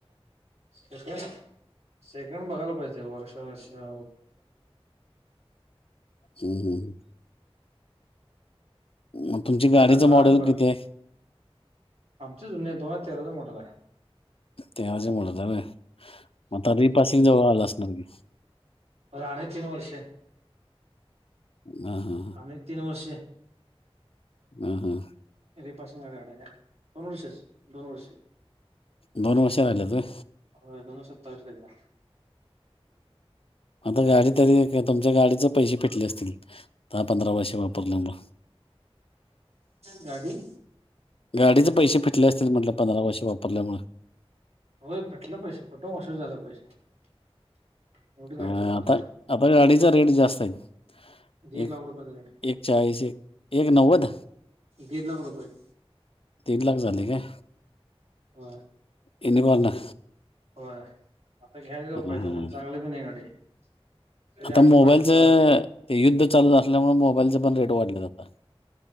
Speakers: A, on the right; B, on the left.
A: सेकंड सेकंड बघायला पाहिजे वर्षा अश्या
B: हम्म! म तुमची
A: भेट
B: गाडीचं
A: असणार
B: मॉडेल किती हाय?
A: आमची जुनी आहे दोनहजार तेरांच मॉडेल हाय!
B: तेव्हाच बोलत होता होय, म आता रिपासिंग जवळ आल असणार की?
A: होय आणिक तीन वर्ष
B: हा हा
A: आणिक तीन वर्ष
B: हम्म हम्म!
A: रीपासिंग काढायला दोन वर्षच दोन वर्ष!
B: दोन वर्ष राहिल्यात होय?
A: होय दोन हजार सत्तावीस येतीया.
B: आता गाडी तरी तुमच्या गाडीचे पैसे फिटले असतील दहा पंधरा वर्षे वापरल्यामुळ.
A: गाडी
B: गाडीचे पैसे फिटल असतील म्हटलं पंधरा वर्षे वापरल्यामुळ.
A: होय फिटल पैसे फुटून उशीर झालं पैसे एवढी गाडी
B: अ
A: वापरलीया.
B: आता आता गाडीचा रेट जास्त आहेत.
A: दीड
B: एक
A: लाख रुपयाचा रेट
B: एक चाळीस एक एक नव्वद
A: दीड लाख रुपये!
B: दीड लाख झालंय काय?
A: होय!
B: युनिकॉर्न!
A: होय आता घ्यायच
B: हा
A: काय फायदा नाही चांगली पण नाही गाडी. सगळे
B: आता
A: ऑटो
B: मोबाईलच
A: काढले त्याला काय काय
B: युद्ध चालू असल्यामुळे मोबाईलच पण रेट वाढलेत आता.